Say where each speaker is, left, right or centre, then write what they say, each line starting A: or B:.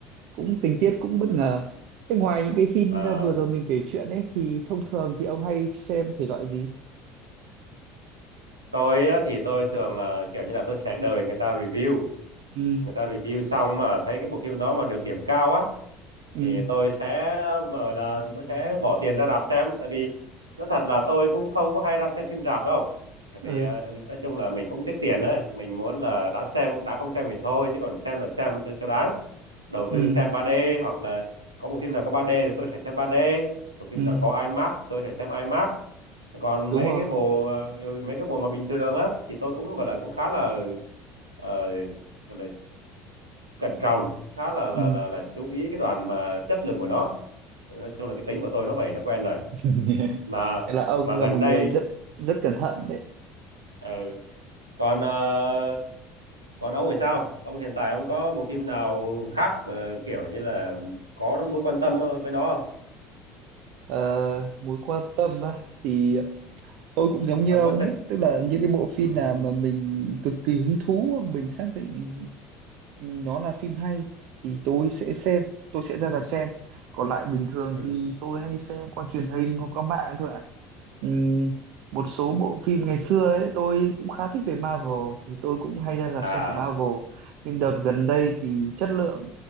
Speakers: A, on the right; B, on the right.
A: cũng tình tiết cũng
B: ừ.
A: bất ngờ thế ngoài những cái phim
B: Ờ,
A: ờ, vừa rồi mình kể chuyện ấy thì thông thường thì ông hay xem thể loại gì
B: tôi á, thì tôi thường ờ, kiểu như là tôi sẽ đợi người ta review
A: ừ
B: người ta review xong mà thấy cái bộ phim đó mà được điểm cao á
A: ừ
B: thì tôi sẽ bảo là tôi sẽ bỏ tiền ra rạp xem tại vì nói thật là tôi cũng không có hay ra xem phim rạp đâu tại
A: ừ
B: vì ờ, nói chung là mình cũng tiết tiền ấy mình muốn là đã xem đã không xem thì thôi chứ còn xem là xem cho, cho đáng đầu
A: ừ
B: tư xem 3D hoặc là có bộ phim nào có 3D thì tôi sẽ xem 3D bộ phim
A: ừ
B: nào có IMAX tôi sẽ xem IMAX còn
A: đúng
B: mấy
A: rồi
B: cái bộ ờ, ừ, mấy cái bộ mà bình thường á thì tôi cũng gọi là cũng khá là ờ, gọi là cẩn trọng khá là là
A: ừ
B: là là chú ý cái đoạn mà chất lượng của nó nói chung là cái tính của tôi nó vậy nó quen rồi
A: <laughs>
B: mà
A: Nghĩa là ông
B: mà
A: là
B: gần
A: một
B: đây
A: người rất rất cẩn thận đấy
B: ờ, còn ờ, còn ông thì sao ông hiện tại ông có bộ phim nào khác mà kiểu như là có mối quan tâm với nó không
A: Ờ, mối quan tâm á, thì tôi cũng giống như
B: ông
A: ông
B: có sẽ
A: ấy tức là những cái bộ phim
B: ừ,
A: nào mà mình cực kỳ hứng thú mình xác định nó là phim hay thì tôi sẽ xem tôi sẽ ra rạp xem còn lại bình thường
B: ừ.
A: thì tôi hay xem qua truyền hình hoặc qua mạng thôi ạ Ừm, một số bộ phim ngày xưa ấy tôi cũng khá thích về Marvel thì tôi cũng hay ra rạp
B: à
A: xem của Marvel nhưng đợt gần đây thì chất lượng